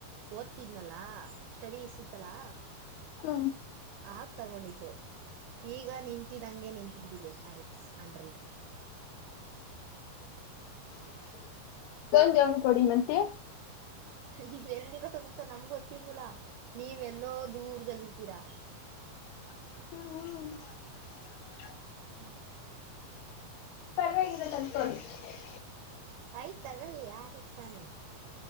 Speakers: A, on the right; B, on the left.
A: ಓದ್ತಿದ್ನಲ್ಲಾ.... ಸ್ಟಡಿಸ್ ಇತ್ತಲಾ.
B: ಹಾ
A: ಆಗ್ ತಗೊಂಡಿದ್ದು ಈಗ ನಿಂತಿದ್ದಂಗೆ ನಿಂತು ಬಿಟ್ಟಿದೆ ಆರಿಕ್ಸ್ ಅಂಡ್ರಡ್.
B: ನಂಗೆ.... ಒಂದ್ ಕೊಡಿ ಮತ್ತೆ.
A: ನೀವೆಲ್ಲಿರೋ ಅಂತ ನಮ್ ಗೊತ್ತಿಲ್ವಲಾ ನೀವೆಲ್ಲೋ ದೂರದಲ್ಲಿ ಇರ್ತೀರಾ.
B: <inaudible>
A: ಹ್ಮ್ <unintelligible>
B: ಪರ್ವಾಗಿಲ್ಲ ತಂದು ಕೊಡಿ <unintelligible> <inaudible>
A: ಆಯ್ತತ್ ತಗೊಳ್ಳಿ ಯಾರಗ್ ತಾನೆ.